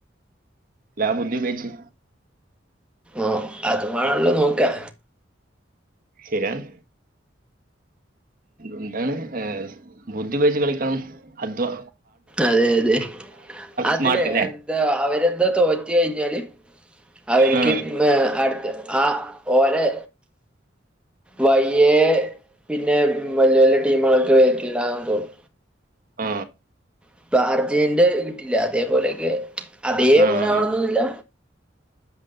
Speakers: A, on the right; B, in the centre.
A: ല്ലാ ബുദ്ധി ഉപയോഗിച്ച്.
B: ആ അതുമണല്ലോ നോക്കാ
A: ശരി ആണ്. എന്താണ് ഏ ബുദ്ധി ഉപയോഗിച്ച് കളിക്കണം അധ്വാ
B: അതെ അതെ അതിലെ
A: സ്മാർട്ട് അല്ലേ
B: എന്താ അവരെ. തോറ്റ് കഴിഞ്ഞാല് അവർക്ക്
A: ആ
B: അടുത്ത ആ ഓര് വയ്യേ. പിന്നെ വല്യ വലിയ ടീമുകളൊക്കെ വരില്ലന്ന് തോന്നു.
A: ആ.
B: ഇപ്പൊ അർജന്റന്റെ കിട്ടില്ലെ അതേപോലെക്കെ അതേപോലെ
A: ആ
B: ആവണന്നൊന്നില്ല.
A: ആ